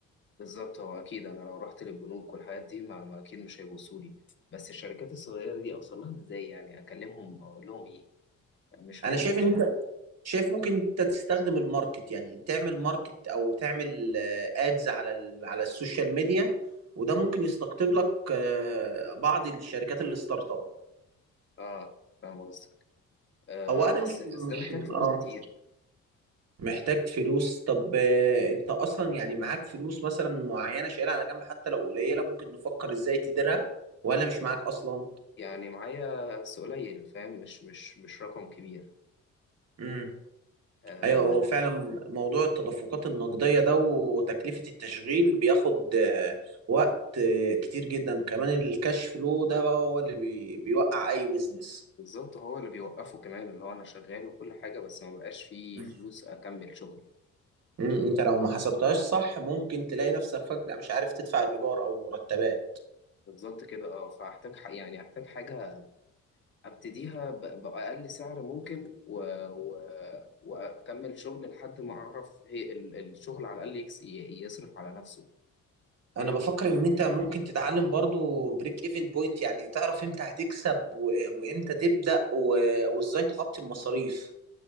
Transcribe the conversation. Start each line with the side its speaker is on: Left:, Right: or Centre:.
Left: بالظبط هو اكيد انا لو رحت للبنوك والحاجات دي ما, ما اكيد مش هيبصوا لي بس الشركات الصغيره دي اوصل لها ازاي يعني اكلمهم اقول لهم ايه مش
Right: انا
Left: عارف
Right: شايف ان انت شايف ممكن انت تستخدم الماركت يعني تعمل ماركت او تعمل ادز على ال- على السوشيال ميديا وده ممكن يستقطب لك آه، بعض الشركات الستارت اب
Left: اه فاهم قصدي آه
Right: هو انا
Left: بس
Right: مش
Left: بس
Right: مش
Left: ده محتاج فلوس
Right: اه
Left: كتير
Right: محتاج فلوس طب آه، انت اصلا يعني معاك فلوس مثلا معينه شايلها على جنب حتى لو قليله ممكن نفكر ازاي تديرها ولا مش معاك اصلا
Left: يعني معايا بس قليل فاهم مش مش مش رقم كبير
Right: امم
Left: آه
Right: ايوه هو فعلا موضوع التدفقات النقديه ده وتكلفه التشغيل بياخد آه، وقت آه، كتير جدا كمان الكاش فلو ده بقى هو اللي بي بيوقع اي بيزنس
Left: بالظبط هو اللي بيوقفه كمان اللي هو انا شغال وكل حاجة بس ما بقاش فيه
Right: مم.
Left: فلوس اكمل شغلي
Right: انت لو ما حسبتهاش صح ممكن تلاقي نفسك فجأة مش عارف تدفع الايجار او المرتبات
Left: بالظبط كده اه فاحتاج ح- يعني احتاج حاجة ابتديها ب- بأقل سعر ممكن و... و... واكمل شغل لحد ما اعرف هي ال- الشغل على الاقل يكس... ي- يصرف على نفسه فاهم
Right: انا بفكر ان انت ممكن تتعلم برضو بريك ايفن بوينت يعني تعرف امتى هتكسب و- وامتى تبدأ و- وازاي تغطي المصاريف